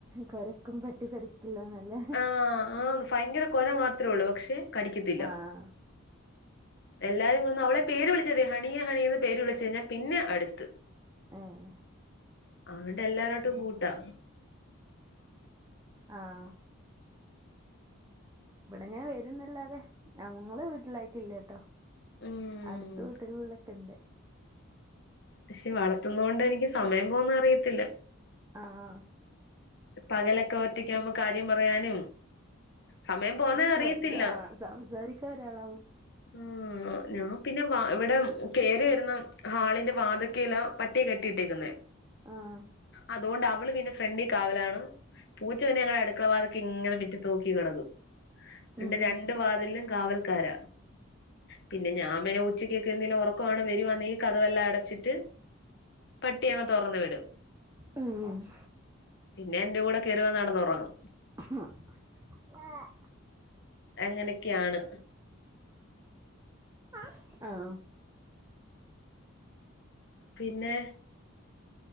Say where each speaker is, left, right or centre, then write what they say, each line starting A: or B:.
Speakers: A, on the right; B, on the left.
A: കൊരക്കും പട്ടി കടിക്ക ക്കില്ലാന്നല്ലേ
B: ആഹ് ആഹ് ഭയങ്കര കൊര മാത്രേള്ളൂ പക്ഷെ കടിക്കത്തില്ല
A: ആഹ്
B: എല്ലാരും വന്ന് അവളെ പേര് വിളിച്ചതേ ഹണിയെ ഹണിന്ന് പേര് വിളിച്ചയ്ഞ്ഞാ പിന്നെ അടുത്ത്
A: ഏഹ്
B: അണ്ടെല്ലാരോട്ടും കൂട്ടാ
A: ആഹ് ഇവടെങ്ങനെ വെരുംന്നല്ലാതെ ഞങ്ങളെ വീട്ടിലായ്ട്ടില്യട്ടോ
B: ഉം
A: അടുത്ത വീട്ടിൽലോക്കെണ്ട്
B: പക്ഷെ വളർത്തുന്നോണ്ട് എനിക്ക് സമയം പോന്ന അറിയത്തില്ല
A: അഹ് ആഹ്
B: പകലൊക്കെ ഒറ്റക്കാവുമ്പോ കാര്യം പറയാനും സമയം പോന്നേ അറിയത്തില്ല
A: വെറ്ത ആഹ് സംസാരിക്കാ ഒരാളാവും
B: ഉം ആഹ് ഞാൻ പിന്നെ വാ ഇവിടെ കേറി വെരുന്ന ഹാളിന്റെ വാത്ക്കേല പട്ടിയെ കെട്ടിയിട്ടേക്ക്ന്നെ
A: ആഹ്
B: അതുകൊണ്ട് അവള് പിന്നെ ഫ്രണ്ടി കാവലാണ് പൂച്ച പിന്നെ ഞങ്ങളുടെ അടുക്കളവാതിക്കെങ്ങനെ മിറ്റ നോക്കി കിടക്കും രണ്ട്
A: ഉം
B: രണ്ടു വാതില്ലും കാവൽക്കാര പിന്നെ ഞാൻ പിന്നെ ഉച്ചക്കെക്കെന്തെലും ഒറക്കവ വരുവാന്നേ കതകെല്ലാം അടച്ചിട്ട് പട്ടിയെ അങ്ങ് തൊറന്ന് വിടും
A: ഉം.
B: പിന്നെ എന്റെ കൂടെ കേറിവന്ന്ടന്നൊറങ്ങും
A: അഹ് ആഹ്
B: അങ്ങനെയൊക്കെയാണ്
A: <inaudible> ആഹ്
B: പിന്നെ